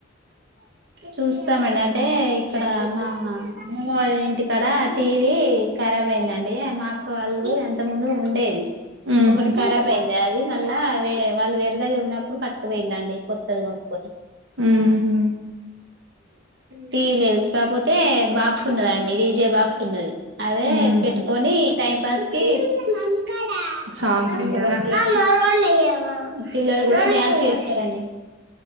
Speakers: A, on the right; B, on the right.
A: చూస్తామండి, అంటే ఇక్కడ మా మెమెల ఇంటి కాడ టీవీ ఖరాబ్ అయిందండి, మా అక్క వాళ్ళు ఎంత ముందు ఉండేది.
B: ఊహూ
A: ఒకటి ఖరాబ్ అయింది, అది మళ్ళా అవే వాళ్ళు వే ఇంటి దగ్గర ఉన్నప్పుడు పట్టక పోయిందండి, కొత్తది కొనుక్కొని
B: ఊహూ
A: టీవీ లేద్ కాపోతే ఎ బాహ్ ఉన్నదండి, డీజే బాక్స్ ఉన్నది. అదే
B: హ్మ్
A: పెట్టుకొని టైం బస్ కి డీజే
B: సాంగ్స్ వింటారా
A: బాక్స్ ఇ ఆ పిల్లలు కూడా డాన్స్ చేస్తరండి.